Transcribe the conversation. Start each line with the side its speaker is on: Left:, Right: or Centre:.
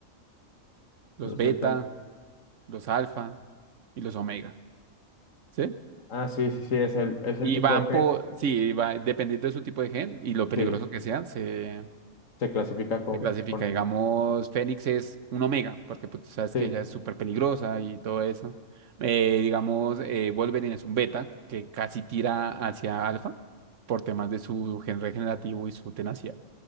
Right: los
Left: los
Right: beta,
Left: delta.
Right: los alfa y los omega. ¿Sí?
Left: Ah, sí, sí, sí, es el, es el
Right: Y
Left: tipo
Right: van
Left: de gen.
Right: por, sí, va, dependiendo de su tipo de gen y lo peligroso
Left: Sí,
Right: que sean, se.
Left: se clasifica con,
Right: se clasifica.
Left: con esto.
Right: Digamos, Fénix es un Omega, porque pues, tú sabes
Left: Sí,
Right: que ella es súper peligrosa y todo eso. Eh, digamos, eh, Wolverine es un Beta, que casi tira hacia Alfa por temas de su gen regenerativo y su tenacidad.